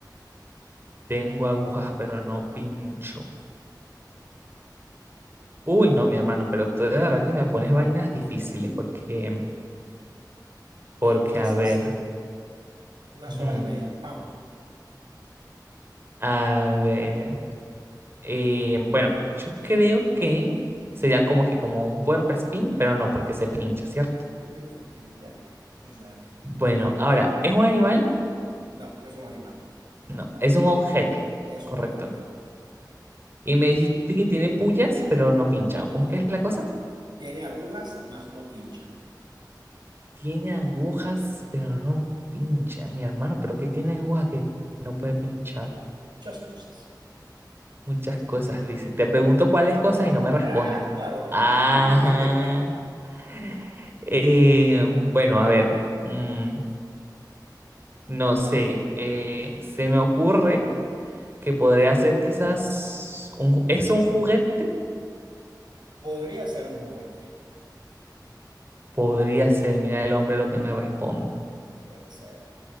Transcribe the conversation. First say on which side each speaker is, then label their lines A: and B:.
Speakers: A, on the right (about 30°); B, on the right (about 75°).
A: Tengo agujas, pero no pincho. Uy, no, mi hermano, pero tú de verdad que me pones vainas difíciles porque, porque,
B: Oye, bien
A: a
B: sencillo.
A: ver,
B: Una
A: mm,
B: sola idea. ¡Pam! <laughs>
A: a ver. Eh, bueno, yo creo que sería como que como un puercoespín, pero no porque se pincha, ¿cierto?
B: Ya se pincha? Exacto.
A: Bueno, ahora, ¿es un animal?
B: No, no es un animal.
A: No, es un objeto,
B: Es
A: ¿correcto?
B: un objeto.
A: Y me dijiste que tiene puyas, pero no pincha. ¿O ¿Cómo es que es la cosa?
B: Tiene agujas, mas no pincha.
A: Tiene agujas, pero no pincha. Mi hermano, ¿pero qué tiene agujas que no puede pinchar?
B: Muchas cosas.
A: Muchas cosas, dice. Te pregunto cuáles cosas y no me responde.
B: Ah, claro que
A: Ajá.
B: no. <laughs>
A: <laughs> Eh, bueno, a ver. mm, No sé, eh, se me ocurre que podría ser quizás un, ju- ¿es un juguete?
B: Podría ser un juguete.
A: Podría ser, mira el hombre lo que me responde.
B: Puede ser.